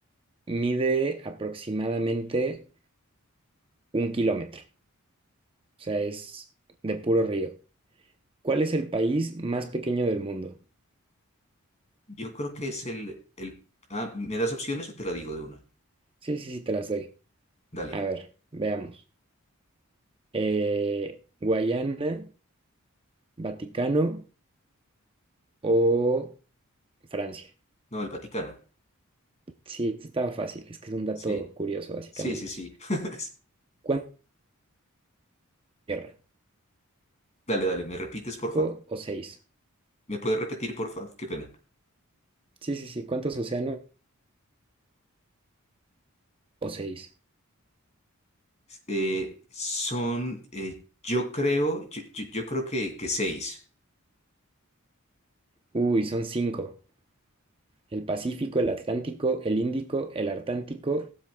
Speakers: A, on the right (about 25°); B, on the left (about 30°).
A: mide aproximadamente un kilómetro. O sea, es de puro río. ¿Cuál es el país más pequeño del mundo?
B: Yo creo que es el, el... Ah, ¿me das opciones o te la digo de una?
A: Sí, sí, sí, te las doy.
B: Dale.
A: A ver, veamos. Eh, Guayana, Vaticano o Francia.
B: No, el Vaticano.
A: Sí, estaba fácil. Es que es un dato
B: Sí.
A: curioso, básicamente.
B: Sí, sí, sí. <laughs>
A: ¿Cuánta tierra?
B: Dale, dale. ¿Me repites, porfa?
A: ¿Cinco o seis?
B: ¿Me puedes repetir, porfa? Qué pena.
A: Sí, sí, sí. ¿Cuántos océanos o seis?
B: eh, son, eh, yo creo, yo, yo- yo creo que, que seis.
A: Uy, son cinco. El Pacífico, el Atlántico, el Índico, el Artántico,